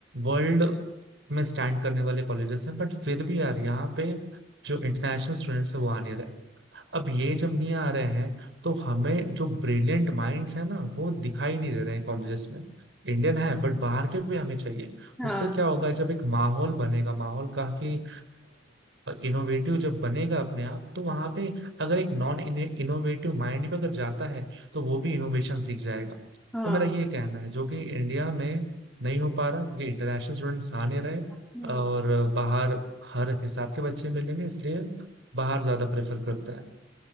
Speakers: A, on the right; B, in the centre.
A: वर्ल्ड में स्टैंड करने वाले कॉलेजेस हैं बट फिर भी यार यहाँ पे जो इंटरनेशनल स्टूडेंट्स हैं वो आ नहीं रहे अब ये जब नहीं आ रहे हैं तो हमें जो ब्रिलियंट माइंड्स है ना वो दिखाई नहीं दे रहे हैं कॉलेजेस में इंडियन है बट बाहर के भी हमें चाहिए
B: हाँ
A: उससे क्या होगा जब एक माहौल बनेगा माहौल काफी इनोवेटिव जब बनेगा अपने आप तो वहां पे अगर एक नॉन इनोवेटिव माइंड भी अगर जाता है तो वो भी इनोवेशन सीख जाएगा
B: हाँ
A: तो मेरा ये कहना है जो कि इंडिया में नहीं हो पा रहा क्योंकि इंटरनेशनल स्टूडेंट्स आ नहीं रहे
B: हम्म
A: और बाहर हर हिसाब के बच्चे मिलेंगे इसलिए बाहर ज्यादा प्रेफर करते हैं